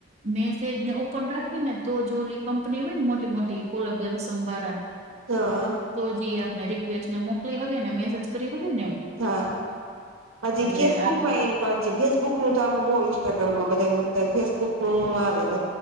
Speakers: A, on the right; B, on the right.
A: મેસેજ ને ઓપન રાખી ને તો જો ઓલી કંપની હોય ને મોટી મોટી કોલબ રસમ વાળા
B: હા
A: તો જે આપને રિકવેસ્ટને મોકલી હવે ને મેસેજ કરી હકે ને
B: હા હજી
A: એટલે
B: ફેસબુકમાં
A: આ
B: એમ કજ ફેસબ બુક નું તો આમે બહુ ઇન્સ્ટાગ્રામ માં બધ મૂકતાાય ફેસબુક નું આવે બ